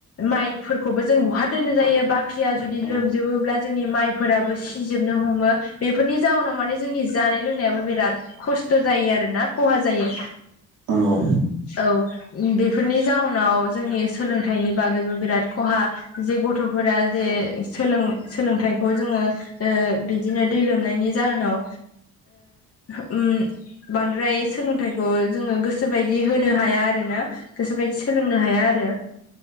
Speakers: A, on the left; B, on the right.
A: माइफोरखौबो जों बहा दोननो जायो बाख्रिया जुदि
B: औ
A: लोमजोबोब्ला जोंनि माइ फोराबो सिजोबनो हमो बेफोरनि जाउनाव माने जोंनि जानाय लोंनायाबो बिराद। खस्थ' जायो आरोना खहा जायो
B: औ नंगौ औ नंगौ
A: औ। बेफोरनि जाउनाव जोंनि सोलोंथाइनि बागैबो बिराद खहा जे गथ'फोरा जे सोलों सोलोंथाइखौ जोङो ओ‌‌ बिदिनो दै लोमनायनि जाहोनाव ओ उम बांद्राय सोलोंथाइखौ जोङो गोसोबायदि होनो हाया आरोना गोसोबायदि सोलोंनो हाया आरो